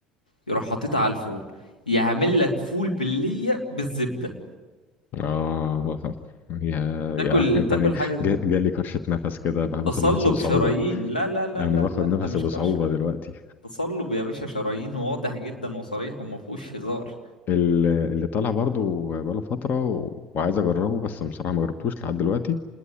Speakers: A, on the left; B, on the left.
A: يروح حاططها على الفول يعمل لك فول بالليه بالزبده
B: اه <laughs> يا
A: تاكل
B: يا عارف انت
A: تاكل
B: انا
A: حاجه زي-
B: جا- جالي كرشه نفس كده باخد
A: تصلب
B: نفس بصعوبه
A: شرايين لا لا لا
B: انا
A: لا
B: باخد
A: لا
B: نفسي
A: ده مش
B: بصعوبه
A: قرشه
B: دلوقتي
A: تصلب يا باشا شرايين واضح جدا وصريح وما فيهوش هزار
B: ال- اللي طالع برضو بقاله فتره و... وعايز اجربه بس بصراحه ما جربتوش لحد دلوقتي